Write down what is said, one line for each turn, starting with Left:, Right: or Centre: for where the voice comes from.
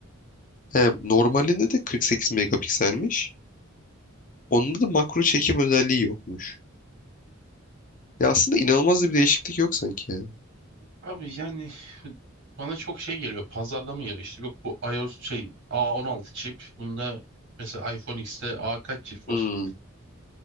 Left: He, normalinde de 48 megapikselmiş. Onda da makro çekim özelliği yokmuş. Ya aslında inanılmaz da bir değişiklik yok sanki. ya.
Right: abi yani bana çok şey geliyor. Pazarlama geliyor işte. Yok bu iOS şey A16 çip. Bunda mesela iPhone X'te A kaç çip
Left: Hmm.
Right: var?